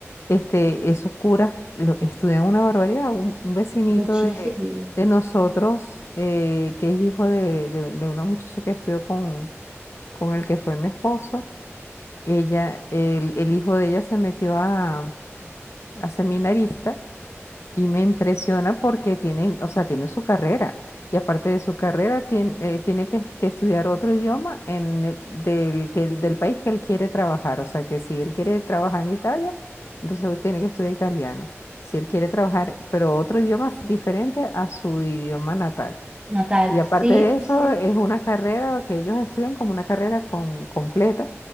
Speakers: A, on the left; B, on the right.
A: este, esos curas lo- estudian una barbaridad. Un, un vecinito
B: muchísimo.
A: de, de nosotros, eh, que es hijo de, de- de una muchacha que estudió con, con el que fue mi esposo, ella, el, el hijo de ella se metió a, a seminarista y me impresiona porque tiene, o sea, tiene su carrera y aparte de su carrera tiene, eh, tiene que, que estudiar otro idioma en el- del, que, él- del país que él quiere trabajar, o sea, que si él quiere trabajar en Italia, entonces tiene que estudiar italiano. Si él quiere trabajar, pero otro idioma es diferente a su idioma natal.
B: Natal,
A: Y aparte
B: sí,
A: de eso,
B: sí.
A: es una carrera que ellos estudian como una carrera con, completa.